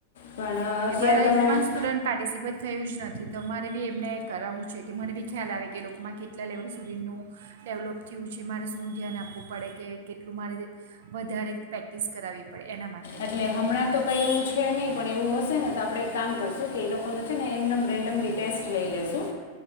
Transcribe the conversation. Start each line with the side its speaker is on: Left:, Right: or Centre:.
Left: પણ અ,
Right: કે કે
Left: અત્યારે
Right: મારા
Left: તો હમણાં
Right: એક પણ
Left: ન-
Right: સ્ટુડન્ટ પાર્ટિસિપેટ થયું જ નથી તો મારે બી એમને કરાવવું છે કે મને બી ખ્યાલ આવે કે લોકોમાં કેટલા લેવલ સુધીનું ડેવલોપ થયું છે મારે શું ધ્યાન આપવું પડે કે કેટલું મારે વધારે પ્રેક્ટિસ કરાવવી પડે એના માટે
Left: એટલે હમણાં તો કંઈ એવું છે નહીં પણ એવું હશે ને તો આપણે એક કામ કરશું કે એ લોકોનું છે ને એમનેમ રેન્ડમલી ટેસ્ટ લઈ લેશું